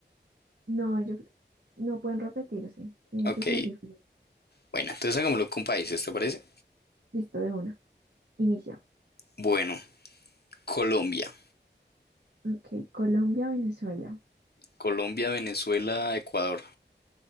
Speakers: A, on the right; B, on the left.
A: no, yo cre- no pueden repetirse, tienen
B: Ok,
A: que ser diferentes.
B: bueno, entonces hagámoslo con países, ¿te parece?
A: Listo, de una. Inicia.
B: Bueno, Colombia,
A: Ok, Colombia, Venezuela.
B: Colombia, Venezuela, Ecuador.